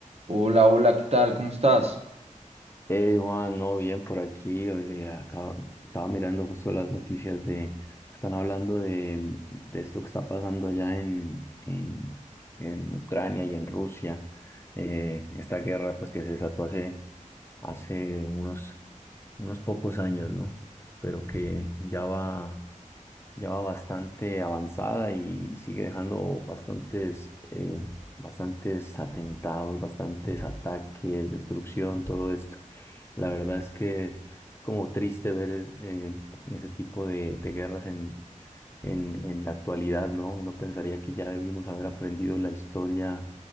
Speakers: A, on the right; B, on the left.
A: Hola, hola, ¿qué tal? ¿Cómo estás?
B: Eh, Juan, no, bien por aquí. Hoy le acabo- estaba mirando justo las noticias de, están hablando de, de esto que está pasando allá en, en, en Ucrania y en Rusia. Eh, esta guerra pues que se desató hace, hace unos, unos pocos años, ¿no? Pero que ya va ya va bastante avanzada y sigue dejando bastantes, eh, bastantes atentados, bastantes ataques, destrucción, todo esto. La verdad es que es como triste ver eh, ese tipo de, de guerras en, en la actualidad, ¿no? Uno pensaría que ya debimos haber aprendido la historia